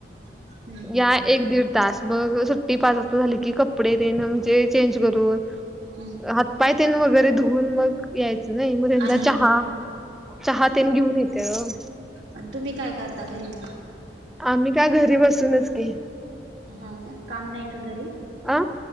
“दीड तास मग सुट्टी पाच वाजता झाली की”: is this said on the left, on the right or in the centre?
Centre